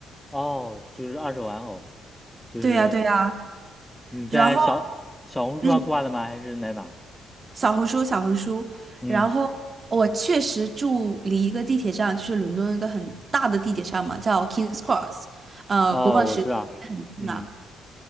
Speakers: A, in the centre; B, on the right (about 35°).
A: 哦，就是二手玩偶，就是
B: 对呀，对呀。
A: 你在小小红书上挂的吗？
B: 然后，嗯，
A: 还是在哪？
B: 小红书，小红书。
A: 嗯，
B: 然后我确实住离一个地铁站，就是伦敦一个很大的地铁站嘛，叫 King's Cross，呃，
A: 哦，
B: 国王十字也很近啊。
A: 我知道，嗯，